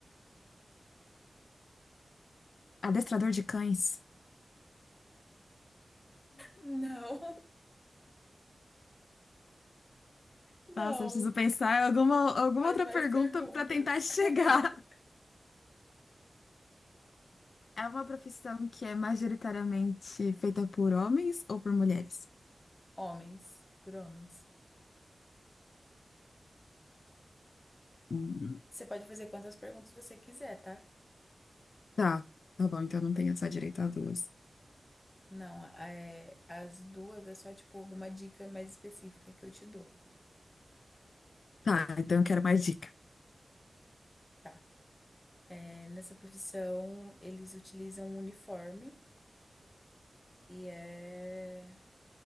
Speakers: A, on the left (about 75°); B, on the left (about 20°).
A: Adestrador de cães?
B: Não, <laughs> não.
A: Nossa, eu preciso pensar em alguma, alguma
B: Faz
A: outra
B: mais
A: pergunta
B: perguntas.
A: para tentar <laughs> chegar.
B: <laughs>
A: É uma profissão que é majoritariamente feita por homens ou por mulheres?
B: Homens, por homens.
A: Hum,
B: Você pode fazer quantas perguntas você quiser, tá?
A: Tá, tá bom, então não tenho só direito a duas.
B: Não, é, as duas é só, tipo, alguma dica mais específica que eu te dou.
A: Tá, então eu quero mais dica.
B: Tá. É, nessa profissão, eles utilizam um uniforme e é...